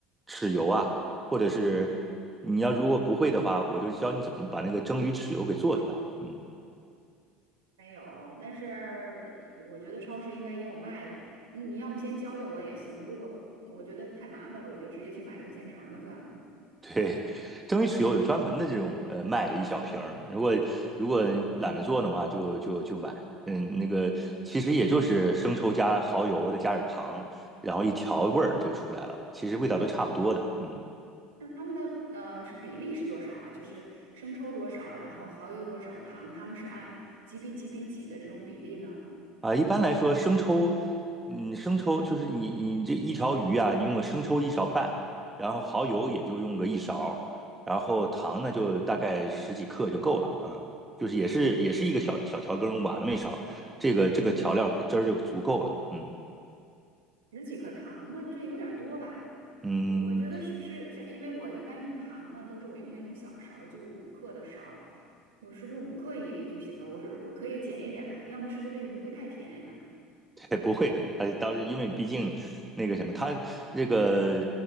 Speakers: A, on the right; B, on the right.
A: 豉油啊？或者是你要如果不会的话，我就教你怎么把那个蒸鱼豉油给做出来。嗯。
B: 没有，但是我觉得超市应该也有卖的。嗯你要么先教教我也行，如果我觉得太麻烦了，我就直接去买一个现成儿的算了。
A: 对，蒸鱼豉油有专门的这种呃卖的一小瓶儿，如果如果懒得做的话，就就就买。嗯，那个其实也就是生抽加蚝油，再加点糖，然后一调味儿就出来了，其实味道都差不多的。嗯。
B: 那他们的呃是比例是多少啊？就是生抽多少，然后蚝油多少，糖他们是按几比几比几的这种比例呢？
A: 啊，一般来说，生抽，嗯，生抽就是你你这一条鱼啊，你用个生抽一勺半，然后蚝油也就用个一勺，然后糖呢就大概十几克就够了啊，就是也是也是一个小小调羹，挖那么一勺，这个这个调料汁儿就足够了，嗯
B: 十几克糖，那这有点儿多吧？
A: 嗯，
B: 我我觉得是不是像，因为我一般用糖呢，都是我用那种小勺儿就是五克的勺儿我是不是五克也就行了？我是我可以减一点吧，要么是不是这鱼会太甜呀？
A: <laughs> 对不会的，他当时因为毕竟那个什么，他这个